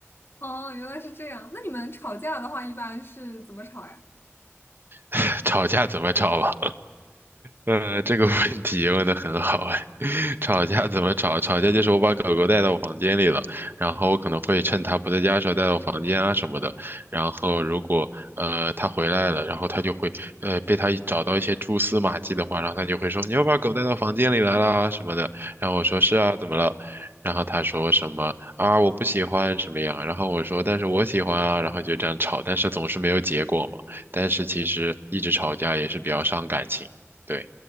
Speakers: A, on the left; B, on the right.
A: 哦，原来是这样。那你们吵架的话，一般是怎么吵呀？
B: <laughs> 吵架怎么吵吧？呃，这个问题问的很好哎。<laughs> 吵架怎么吵？吵架就是我把狗狗带到我房间里了，然后我可能会趁它不在家的时候带到房间啊什么的。然后如果呃它回来了，然后它就会呃被它找到一些蛛丝马迹的话，然后它就会说你又把狗带到房间里来啦啊什么的。然后我说是啊，怎么了？然后他说什么啊我不喜欢什么样，然后我说但是我喜欢啊，然后就这样吵，但是总是没有结果嘛。但是其实一直吵架也是比较伤感情，对。